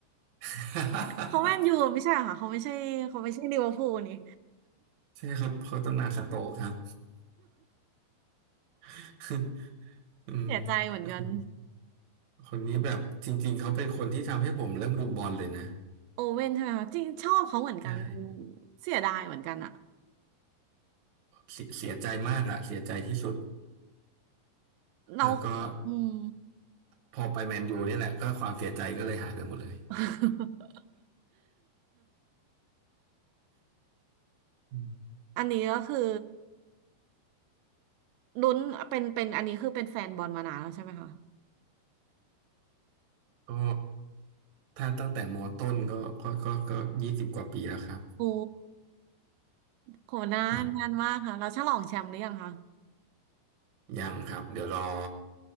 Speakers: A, on the right; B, on the right.
A: <laughs>
B: <laughs> เขาแมนยูไม่ใช่เหรอค่ะเขาไม่ใช่เขาไม่ใช่ลิเวอร์พูลนี่
A: ใช่ครับเขาตำนานสโต๊กครับ <laughs> อืม
B: เสียใจเหมือนกัน
A: คนคนนี้แบบจริงๆเขาเป็นคนที่ทำให้ผมเริ่มดูบอลเลยนะ
B: โอเว่นใช่ไหมคะจริงชอบเขาเหมือนกัน
A: ใช่
B: เสียดายเหมือนกันอะ
A: เสียเสียใจมากอะเสียใจที่สุด
B: เรา
A: แล้วก็
B: อืม
A: พอไปแมนยูเนี่ยแหละก็ความเสียใจก็เลยหายไปหมดเลย
B: <laughs>
A: อืม
B: อันนี้ก็คือลุ้นเป็นเป็นอันนี้คือเป็นแฟนบอลมานานแล้วใช่ไหมคะ
A: ก็ถ้าตั้งแต่มอต้นก็ก็ก็ก็ยี่สิบกว่าปีแล้วครับ
B: โอ้โหนานนานมากค่ะเราฉลองแชมป์หรือยังคะ
A: ครับ ยังครับเดี๋ยวรอ